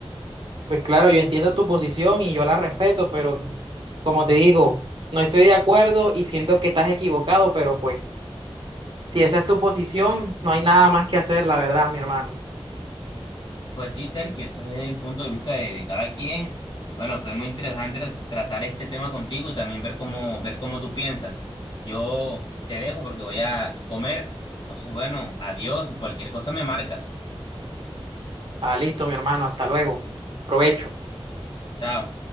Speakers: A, on the right (about 65°); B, on the left (about 50°).
A: Pues claro, yo entiendo tu posición y yo la respeto, pero como te digo, no estoy de acuerdo y siento que estás equivocado, pero pues si esa es tu posición, no hay nada más que hacer, la verdad, mi hermano.
B: Pues sí, Sergio, ese es el punto de vista de, de cada quien. Bueno, fue muy interesante tra- tratar este tema contigo y también ver cómo, ver cómo tú piensas. Yo te dejo porque voy a comer. Entonces, bueno, adiós y cualquier cosa me marcas.
A: Ah, listo, mi hermano, hasta luego. Provecho.
B: Chao.